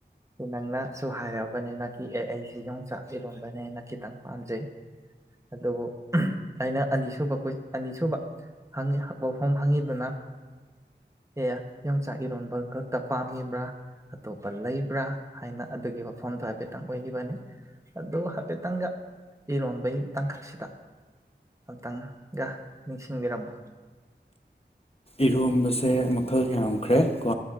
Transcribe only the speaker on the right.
ꯅꯪꯅꯁꯨ ꯍꯥꯏꯑꯔꯕꯅꯤꯅ ꯑꯦ ꯑꯩꯁꯤꯦ ꯌꯣꯡꯆꯥꯛ ꯏꯔꯣꯟꯝꯕꯅꯦꯅ ꯈꯤꯇꯪ ꯄꯥꯝꯖꯩ ꯑꯗꯨꯕꯨ ꯑꯩꯅ ꯑꯅꯤꯁꯨꯕ ꯑꯅꯤꯁꯨꯕ ꯋꯥꯐꯝ ꯍꯪꯉꯤꯗꯨꯅ ꯑꯦ ꯌꯣꯡꯆꯥꯛ ꯏꯔꯣꯟꯕ ꯈꯛꯇ ꯄꯥꯝꯃꯤꯕ꯭ꯔꯥ ꯑꯇꯣꯞꯄ ꯂꯩꯕ꯭ꯔꯥ ꯍꯥꯏꯅ ꯑꯗꯨꯒꯤ ꯋꯥꯐꯝꯗꯣ ꯍꯥꯏꯐꯦꯠꯇꯪ ꯑꯣꯏꯈꯤꯕꯅꯤ ꯑꯗꯨ ꯍꯥꯏꯐꯦꯠꯇꯪꯒ ꯏꯔꯣꯟꯕꯒꯤ ꯇꯥꯡꯀꯛꯁꯤꯗ ꯑꯝꯇꯪꯒ ꯅꯤꯡꯁꯤꯡꯕꯤꯔꯝꯃꯣ